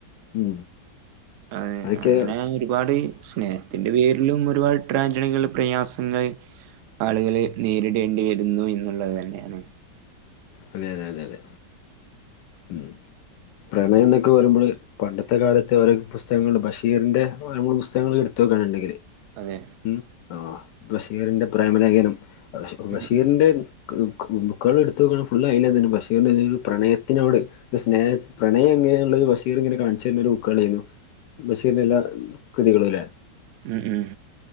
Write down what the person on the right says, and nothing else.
അത്
അങ്ങനെയായൊരു ഒരുപാട് സ്നേഹത്തിന്റെ പേരിലും ഒരുപാട് ട്രാഞ്ചണികൾ പ്രയാസങ്ങള് ആളുകൾ നേരിടേണ്ടി വരുന്നു എന്നുള്ളത് തന്നെയാണ്
അതെ
ഉം ഉം
ഉം ഉം